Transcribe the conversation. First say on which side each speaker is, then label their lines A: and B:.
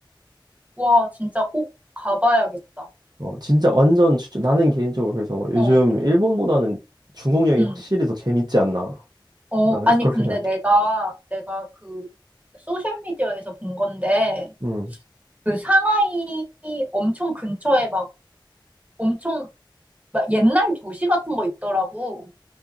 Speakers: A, on the right; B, on the right.
A: 와, 진짜 꼭 가봐야겠다.
B: 어, 진짜 완전 추천. 나는 개인적으로 그래서 요즘
A: 어,
B: 일본보다는 중국 여행이
A: 응.
B: 확실히 더 재밌지 않나.
A: 어,
B: 나는
A: 아니,
B: 그렇게
A: 근데
B: 생각해.
A: 내가, 내가 그, 소셜미디어에서 본 건데,
B: 음.
A: 그 상하이 엄청 근처에 막, 엄청, 막 옛날 도시 같은 거 있더라고.